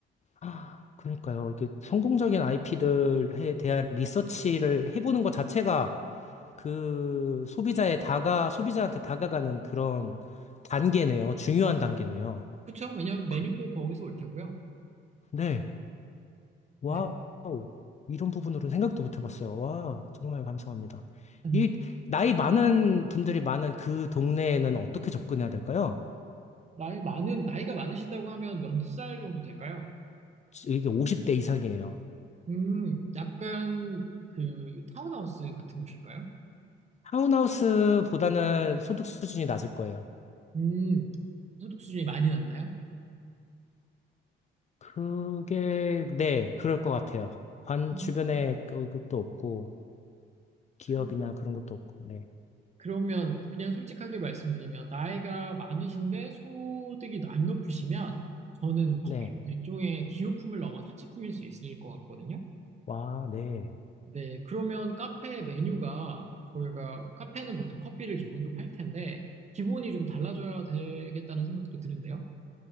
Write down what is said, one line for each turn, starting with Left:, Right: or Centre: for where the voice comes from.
Left: 아, 그러니까요. 이게 성공적인 IP들에 대한 리서치를 해보는 것 자체가 그 소비자의 다가, 소비자한테 다가가는 그런 단계네요. 중요한 단계네요.
Right: 그렇죠? 왜냐하면 메뉴도
Left: 그,
Right: 거기서 올 테고요.
Left: 네. 와우.
Right: 네.
Left: 이런 부분으로는 생각도 못 해봤어요. 와, 정말 감사합니다.
Right: 아닙니다.
Left: 이 나이 많은 분들이 많은 그 동네에는 어떻게 접근해야 될까요?
Right: 나이 많은, 나이가 많으시다고 하면 몇 살 정도 될까요?
Left: 이게 50대 이상이에요.
Right: 음, 약간 그 타운하우스 같은 곳일까요?
Left: 타운하우스보다는 소득 수준이 낮을 거예요.
Right: 음, 소득 수준이 많이 낮나요?
Left: 그게, 네, 그럴 것 같아요. 관
Right: 음,
Left: 주변에 그- 그것도 없고, 기업이나
Right: 그,
Left: 그런 것도 없고, 네.
Right: 그러면 그냥 솔직하게 말씀드리면 나이가 많으신데 소득이 안 높으시면 저는 커피
Left: 네.
Right: 일종의 기호품을 넘어 사치품일 수 있을 것 같거든요.
Left: 와, 네.
Right: 네, 그러면 카페 메뉴가 저희가 카페는 보통 커피를 기본으로 팔 텐데 기본이 좀 달라져야 되겠다는 생각도 드는데요.